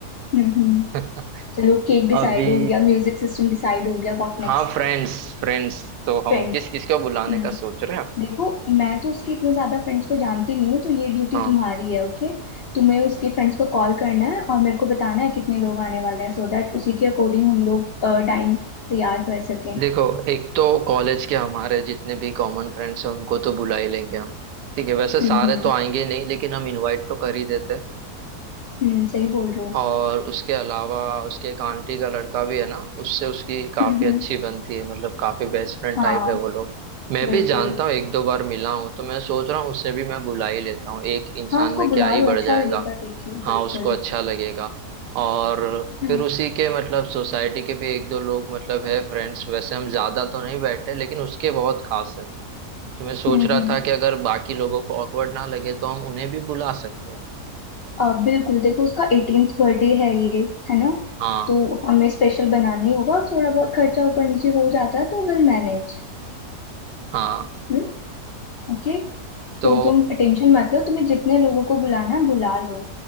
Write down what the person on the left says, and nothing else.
हम्म हम्म
चलो केक डिसाइड
हो गया म्यूजिक सिस्टम डिसाइड हो गया What
next
फ्रेंड्स
हम्म
देखो मैं तो उसके इतने ज्यादा फ्रेंड्स को जानती नहीं हूँ तो ये ड्यूटी
तुम्हारी है ओके तुम्हें उसके फ्रेंड्स को कॉल करना है और मेरे को बताना है कितने लोग आने वाले हैं सो दैट उसी के अकॉर्डिंग हम लोग टाइम तैयार कर सकें
हम्म
हम्म
हम्म सही बोल रहे हो
हम्म हम्म
हाँ
बिल्कुल
हाँ उसको
बुला
लो
अच्छा
लगेगा देख के
बिल्कुल
हम्म
हम्म
हम्म
अ, बिल्कुल देखो उसका 18th बर्थडे है ये है ना
तो हमें स्पेशल बनाना ही होगा और थोड़ा बहुत खर्चा ऊपर नीचे हो जाता है तो विल मैनेज
हम्म ओके
तो तुम टेंशन मत लो तुम्हें जितने लोगों को बुलाना है बुला लो